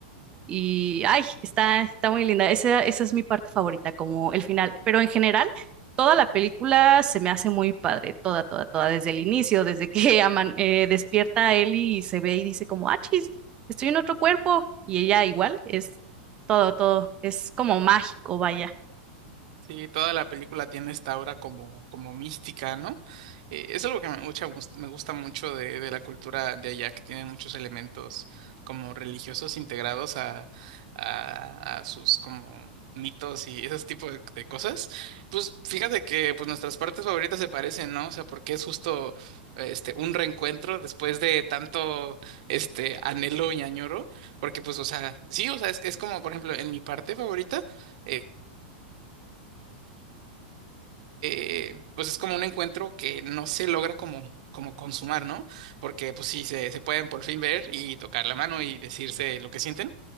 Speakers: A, on the right; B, on the right.
A: y ay, está, está muy linda. Esa, esa es mi parte favorita, como el final. Pero en general, toda la película se me hace muy padre, toda, toda, toda, desde el inicio, desde que <laughs> aman, eh, despierta a Ellie y se ve y dice como, ah, chis, estoy en otro cuerpo, y ella igual, es todo, todo, es como mágico, vaya.
B: Sí, toda la película tiene esta aura como, como mística, ¿no? Eh, es algo que me, gusta me gusta mucho de, de la cultura de allá, que tienen muchos elementos como religiosos integrados a, a, a sus como mitos y ese tipo de, de cosas. Pues fíjate que pues nuestras partes favoritas se parecen, ¿no? O sea, porque es justo este un reencuentro después de tanto este anhelo y añoro, porque pues, o sea, sí, o sea, es, es como, por ejemplo, en mi parte favorita. eh, eh, pues es como un encuentro que no se logra como, como consumar, ¿no? Porque pues sí, se, se pueden por fin ver y tocar la mano y decirse lo que sienten,